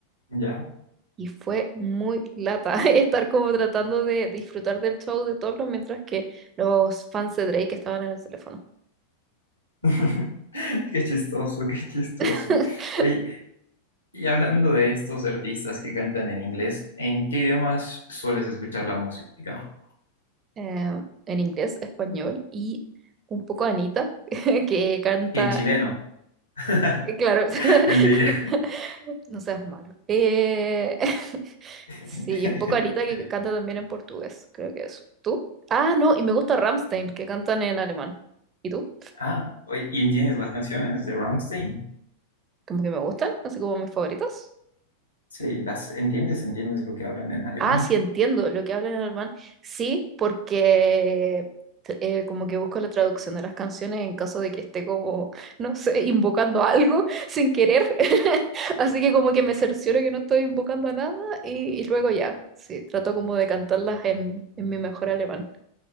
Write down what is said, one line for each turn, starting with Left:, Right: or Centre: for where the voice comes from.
Left: Ya.
Right: y fue muy lata <laughs> estar como tratando de disfrutar del show de Toblo mientras que los fans de Drake estaban en el teléfono.
Left: <laughs> Qué chistoso, qué chistoso.
Right: <laughs>
Left: Oye, y hablando de estos artistas que cantan en inglés, ¿en qué idiomas sueles escuchar la música?
Right: Eh, en inglés, español y un poco Anita <laughs> que canta,
Left: Y en chileno. <laughs>
Right: eh, claro,
Left: Mentira.
Right: <laughs> no seas malo. Eh, <laughs>
Left: <laughs>
Right: Sí, y un poco Anita que canta también en portugués, creo que eso. ¿Tú? Ah, no, y me gusta Rammstein, que cantan en alemán. ¿Y tú?
Left: Ah, oye, ¿y entiendes las canciones de Rammstein?
Right: Como que me gustan, así como mis favoritos.
Left: Sí, las entiendes, entiendes lo que hablan en alemán.
Right: Ah, sí, entiendo lo que hablan en alemán. Sí, porque t- eh, como que busco la traducción de las canciones en caso de que esté como, no sé, invocando algo sin querer. <laughs> Así que como que me cercioro que no estoy invocando a nada y, y luego ya, sí, trato como de cantarlas en, en mi mejor alemán.